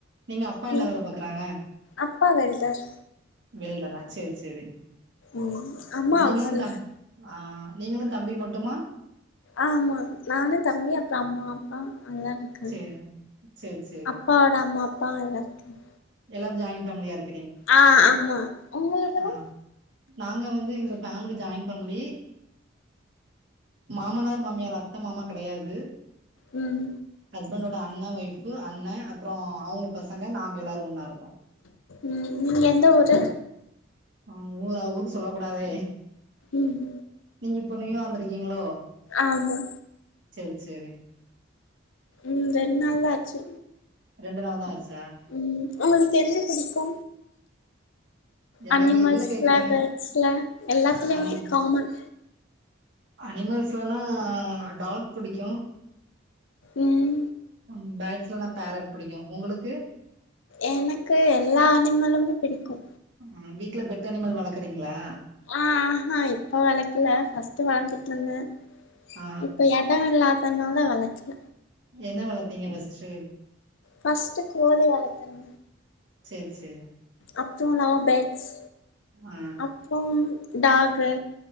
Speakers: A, on the right (about 60°); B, on the left (about 75°).
A: நீங்க அப்பா
B: நீ
A: என்ன வேல பாக்குறாங்க
B: அப்பா வெல்டர்
A: வெல்டரா சேரி சேரி
B: ம் அம்மா
A: நீங்களு
B: அவுஸ் ஒய்ஃப்
A: தம் ஆ நீங்களு தம்பியு மட்டுமா
B: ஆமா நானு தம்பி அப்றோ அம்மா அ அல்லாருக்காங்க
A: சேரி சேரி சேரி
B: அப்பாவோட அம்மா அப்பா அல்லாருக்காங்க
A: எல்லாரு ஜாயின்ட் ஃபேமிலியா இருக்
B: அ ஆமா ஒங்களுக்கெலா
A: ஆ நாங்க வந்து இங்க ஃபேமிலி ஜாய்ன் ஃபேமிலி மாமனார் மாமியார் அத்த மாமா கெடையாது
B: ம்
A: ஹஸ்பண்டோட அண்ண ஒய்ஃபு அண்ணே அப்பறோ அவுங்க பசங்க நாங்க எல்லாரு ஒன்னா இருக்கோ
B: ம் நீங்க எந்த ஊரு
A: ம் ஊரா ஊரு சொல்லக் கூடாதே
B: ம்
A: நீங்க இப்ப நியூவா வந்துருக்கீங்களோ
B: ஆமா
A: செர் சேரி
B: ம் ரெண்ட் நாள் தா ஆச்சு
A: ரெண்டு நாள் தா ஆச்
B: ம் ஒங்களுக்கு என்ன புடிக்கு
A: எனக்கு
B: அனிமல்ஸ்ல
A: எதுல கேக்குறீங்க
B: பேர்ட்ஸ்ல எல்லாத்துலயுமே
A: ஆனே
B: காமன்
A: அனிமல்ஸ்லனா டாக் புடிக்கு
B: உம்
A: ம் பேட்ஸ்லனா பேரட் புடிக்கு உங்களுக்கு
B: எனக்கு எல்லா அனிமலுமே புடிக்கு
A: உம் வீட்ல பெட்டனிமல் வளக்குறீங்களா
B: ஆஹ்ஹா இப்ப வளக்கல ஃப்ஸ்ட் வளத்துட்டு இருந்தே
A: ஆ
B: இப்ப எடோ இல்லாத் தன்னால வளக்கல
A: என்ன வளத்தீங்க ஃபஸ்ட்டு
B: ஃபர்ஸ்ட்டு கோழி வளத்தன்
A: சேர் சேர்
B: அப்புறோ லவ்பேட்ஸ்
A: ஆ
B: அப்புறோம் டாகு